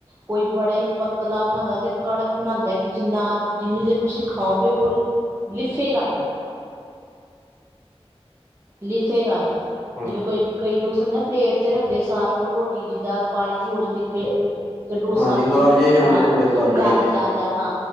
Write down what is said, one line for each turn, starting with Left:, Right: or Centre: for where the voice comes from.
Right: ਕੋਈ ਬੜਾ ਹੀ ਪਤਲਾ ਬਣਾਦਾ ਤੇ ਕੜਕ ਬਣਾਦਾ ਕਿ ਜਿੰਨਾ ਜਿੰਨੀ ਦੇਰ ਤੁਸੀ ਖਾਓਗੇ ਉਹ ਲਿਫੇਗਾ ਨਹੀਂ। ਲਿਫੇਗਾ ਨੀ
Centre: ਹਾਂਜੀ,
Right: ਜਿਵੇ ਕੋਈ ਕਈ ਡੋਸੇ ਹੁੰਦੇ ਨਾ ਪਲੇਟ ਚ ਰੱਖਦੇ ਸਾਰੋ ਰੋਟੀ ਜਿੱਦਾ ਪਾਣੀ ਛੋੜ ਜਾਂਦੀ ਕਿ ਤੇ ਡੋਸਾ
Centre: ਹਾਂਜੀ
Right: ਵੀ
Centre: ਗਾਲਜੇ ਜਾਂਦੇ
Right: ਹਾਂ
Centre: ਥੋੜੇ ਗਾਲਜੇ
Right: ਗਲ
Centre: ਜਾਂਦੇ
Right: ਜਾ ਹਾ